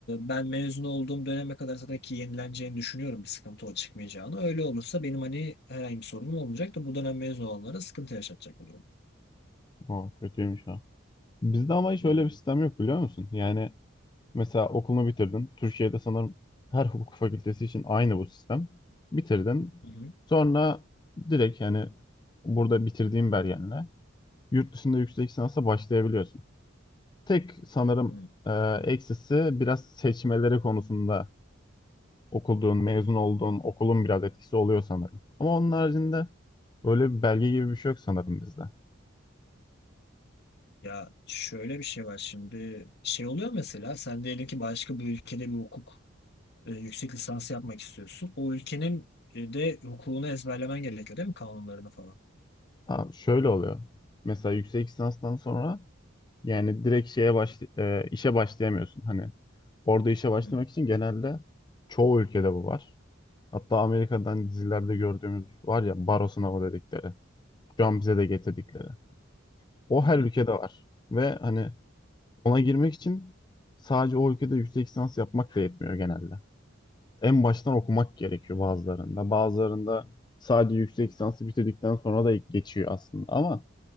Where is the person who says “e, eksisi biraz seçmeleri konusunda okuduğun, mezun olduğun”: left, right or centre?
Left